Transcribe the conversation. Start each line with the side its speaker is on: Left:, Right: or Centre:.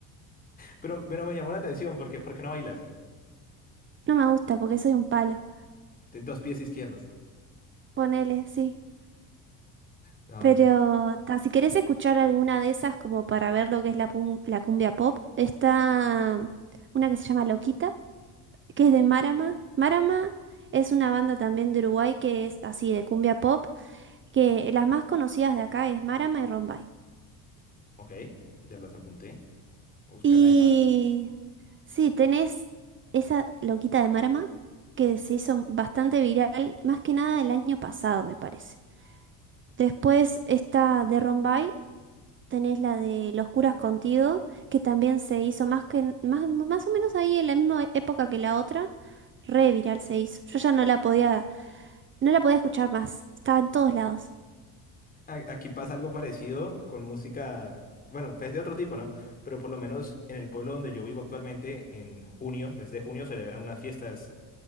Left: Pero, pero me llamó la atención, porque, ¿por qué no bailas?
Right: No me gusta porque soy un palo.
Left: Ten dos pies izquierdos.
Right: Ponele, sí.
Left: No,
Right: Pero
Left: no, no.
Right: ta, si querés escuchar alguna de esas como para ver lo que es la, pum- la cumbia pop, está mm, una que se llama Loquita, que es de Marama. Marama es una banda también de Uruguay que es así de cumbia pop, que las más conocidas de acá es Marama y Rombay.
Left: Ok, ya las apunté. Voy a buscar
Right: Y
Left: la de Mara.
Right: sí, tenés esa loquita de Marama que se hizo bastante viral, más que nada el año pasado, me parece. Después está de Rombay, tenés la de Los curas contigo, que también se hizo más que n- más, más o menos ahí en la misma e- época que la otra, re viral se hizo. Yo ya no la podía, no la podía escuchar más, estaba en todos lados.
Left: a- aquí pasa algo parecido con música, bueno, es de otro tipo, ¿no? Pero por lo menos en el pueblo donde yo vivo actualmente, en junio, mes de junio, celebran unas fiestas,